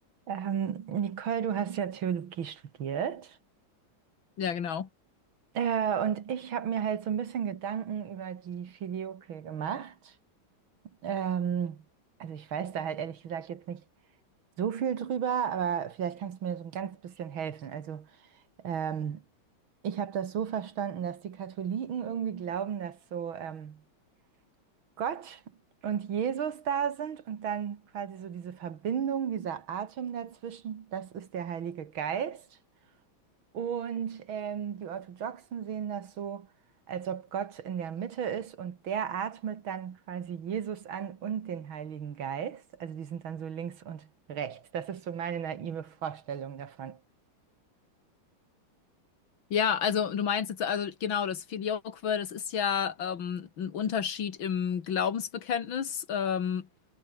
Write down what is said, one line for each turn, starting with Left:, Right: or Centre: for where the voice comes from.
Right: Ähm, Nicole, du hast ja Theologie studiert.
Left: Ja, genau.
Right: Äh, und ich habe mir halt so ein bisschen Gedanken über die Filioque gemacht. Ähm, also ich weiß da halt ehrlich gesagt jetzt nicht so viel drüber, aber vielleicht kannst du mir so ein ganz bisschen helfen. Also ähm, ich habe das so verstanden, dass die Katholiken irgendwie glauben, dass so ähm, Gott und Jesus da sind und dann quasi so diese Verbindung, dieser Atem dazwischen, das ist der Heilige Geist. Und ähm, die Orthodoxen sehen das so, als ob Gott in der Mitte ist und der atmet dann quasi Jesus an und den Heiligen Geist. Also die sind dann so links und rechts. Das ist so meine naive Vorstellung davon.
Left: Ja, also du meinst jetzt, also genau, das Filioque, das ist ja ähm, ein Unterschied im Glaubensbekenntnis ähm,